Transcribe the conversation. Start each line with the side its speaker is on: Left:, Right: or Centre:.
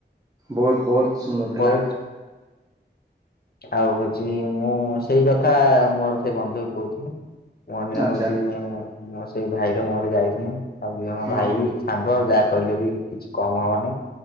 Right: ବହୁତ ବହୁତ ସୁନ୍ଦର।
Left: ହହୁତ
Right: ଥିଲା।
Left: ଆଉ ହଉଛି ମୁଁ ସେଇ କଥା ମୋର ସେଇ ବନ୍ଧୁ କହୁଥିଲି। ମନେ
Right: ଆଚ୍ଛା
Left: ହଉଛି ମୋ ସେଇ ଭାଇର ମୋରେ ଯାଇଥିଲ ଆଉ ଦୁଇ ଜଣ
Right: ହଁ
Left: ଭାଇ
Right: ହଁ
Left: ସାଙ୍ଗ ଯାହା କହିଲେ ବି କିଛି କମ ହବନି।